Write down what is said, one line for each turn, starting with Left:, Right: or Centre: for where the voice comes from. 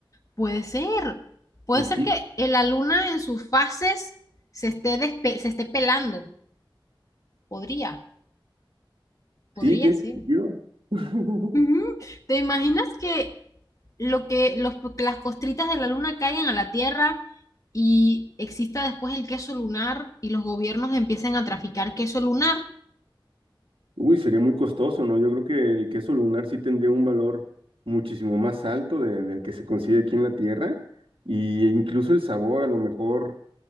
Left: Puede ser. Puede
Right: Riqui-
Left: ser que la luna en sus fases se esté, despe- se esté pelando. Podría, podría
Right: Sí, tiene
Left: ser.
Right: sentido. <laughs>
Left: Ujú. ¿Te imaginas que, lo que los, que las costritas de la luna caigan a la Tierra y exista después el queso lunar y los gobiernos empiecen a traficar queso lunar?
Right: Uy, sería muy costoso, ¿no? Yo creo que el queso lunar sí tendría un valor muchísimo más alto de- del que se consigue aquí en la Tierra, y incluso el sabor a lo mejor